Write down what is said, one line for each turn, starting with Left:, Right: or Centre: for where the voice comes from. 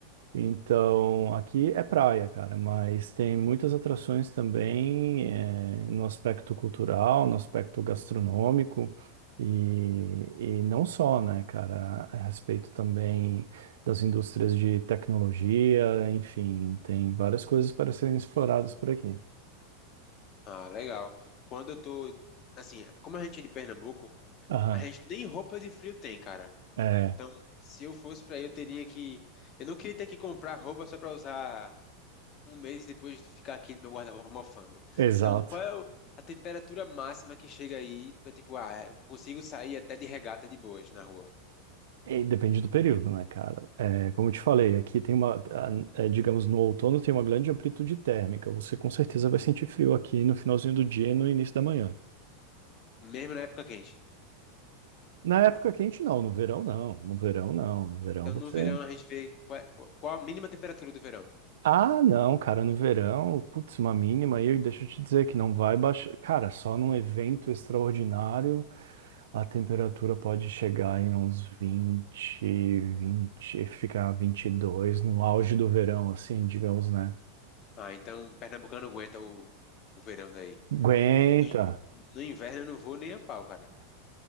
Right: Então, aqui é praia, cara, mas tem muitas atrações também, eh, no aspecto cultural, no aspecto gastronômico, e, e não só, né, cara, a respeito também das indústrias de tecnologia, enfim, tem várias coisas para serem exploradas por aqui.
Left: Ah, legal. Quando eu tô. Assim, como a gente é de Pernambuco,
Right: Aham,
Left: a gente nem roupa de frio tem, cara.
Right: é,
Left: Então, se eu fosse pra aí, eu teria que. Eu não queria ter que comprar roupa só pra usar um mês e depois ficar aqui no meu guarda-roupa mofando.
Right: exato.
Left: Então, qual é o- a temperatura máxima que chega aí pra, tipo, ah, eu consigo sair até de regata de boas na rua,
Right: E depende do período, né, cara? É, como eu te falei, aqui tem uma, a- é, digamos, no outono tem uma grande amplitude térmica. Você com certeza vai sentir frio aqui no finalzinho do dia e no início da manhã.
Left: mesmo na época quente.
Right: Na época quente, não. No verão, não. No verão, não. No verão,
Left: Então,
Right: você.
Left: no verão, a gente vê qual, é- qual a mínima temperatura do verão.
Right: Ah, não, cara, no verão, putz, uma mínima. aí. deixa eu te dizer que não vai baixar. Cara, só num evento extraordinário a temperatura pode chegar em uns 20, 20, ficar 22 no auge do verão, assim, digamos, né?
Left: Ah, então, pernambucano aguenta o, o verão daí.
Right: Aguenta.
Left: E- e no inverno, eu não vou nem a pau, cara.